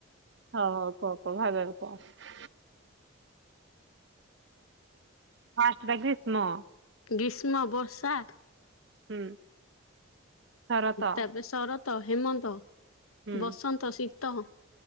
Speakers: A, on the right; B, on the left.
A: ହଁ ହଉ କୁହ କୁହ ଭାବି ଭାବି କୁହ? ଫାଷ୍ଟ ଟା ଗ୍ରୀିଷ୍ମ।
B: ଗ୍ରୀଷ୍ମ ବର୍ଷା
A: ହୁଁ। ଶରତ
B: ତାପରେ ଶରତ ହେମନ୍ତ
A: ହୁଁ
B: ବସନ୍ତ ଶୀତ।